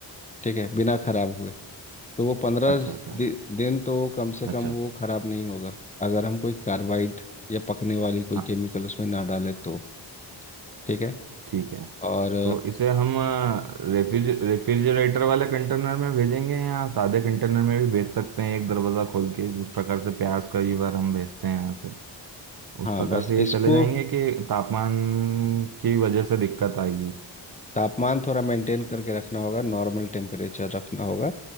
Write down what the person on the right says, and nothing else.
अच्छा अच्छा
अच्छा
अच्छा
हाँ,
ठीक है
तो इसे हम रेफ्रिज रेफ्रिजरेटर वाले कंटेनर में भेजेंगे या सादे कंटेनर में भी भेज सकते हैं एक दरवाज़ा खोल के जिस प्रकार से प्याज कई बार हम भेजते हैं यहाँ से उस
प्रकार
से ये
चले जाएंगे कि तापमान की वजह से दिक्कत आएगी